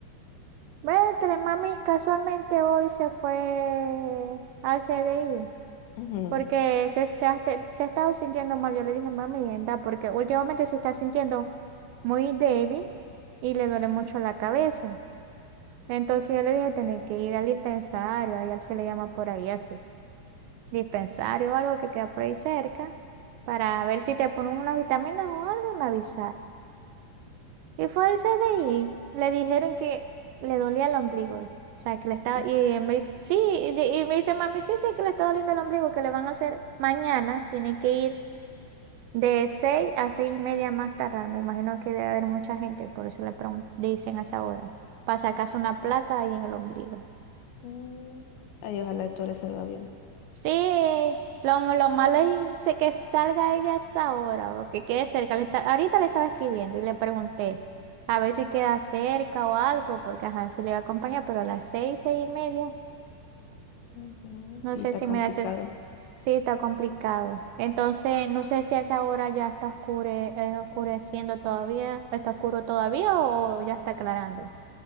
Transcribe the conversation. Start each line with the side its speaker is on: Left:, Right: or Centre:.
Right: Ve, entre mami, casualmente hoy se fue al C D I.
Left: Ujú.
Right: Porque se, se, ha, te- se ha estado sintiendo mal. Yo le dije, mami, anda, porque últimamente se está sintiendo muy débil y le duele mucho la cabeza. Entonces yo le dije, tenés que ir al dispensario, allá se le llama por ahí así, dispensario o algo que queda por ahí cerca, para ver si te ponen unas vitaminas o algo, me avisar. Y fue al CDI, le dijeron que le dolía el ombligo. O sea, que le estaba,
Left: Y-
Right: y él me dice, sí, y, de- y me dice, mami, sí, sí, que le está doliendo el ombligo, que le van a hacer mañana, tiene que ir De 6 a seis y media más tardar, me imagino que debe haber mucha gente, por eso le pregun- dicen a esa hora. Para sacarse una placa ahí en el ombligo.
Left: mm, Ay, ojalá todo le salga bien.
Right: Sí, lo, lo malo es se- que salga ella a esa hora, porque quede cerca. Le esta- ahorita le estaba escribiendo y le pregunté a ver si queda cerca o algo, porque ajá, si le va a acompañar, pero a las seis, seis y media
Left: Ujú,
Right: No
Left: Sí,
Right: sé
Left: está
Right: si
Left: complicado.
Right: me da chance. Sí, está complicado. Entonces, no sé si a esa hora ya está oscure, eh, oscureciendo todavía, está oscuro todavía o ya está aclarando.